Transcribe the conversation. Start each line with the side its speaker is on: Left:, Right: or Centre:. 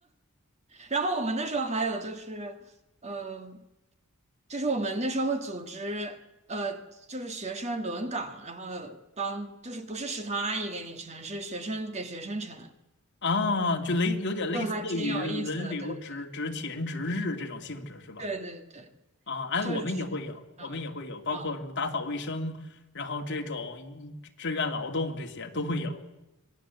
Right: 然后我们那时候还有就是，嗯、就是我们那时候会组织，呃，就是学生轮岗，然后帮，就是不是食堂阿姨给你盛，是学生给学生盛，
Left: <laughs> 啊，就类有点类似于轮流值值勤值日这种性质是吧？
Right: 就还挺有意思的，对对对对对对。
Left: 啊，哎，
Right: 就是去嗯嗯，
Left: 我们也会有，我们也会有，包括什么打扫卫生，然后这种一志愿劳动这些都会有。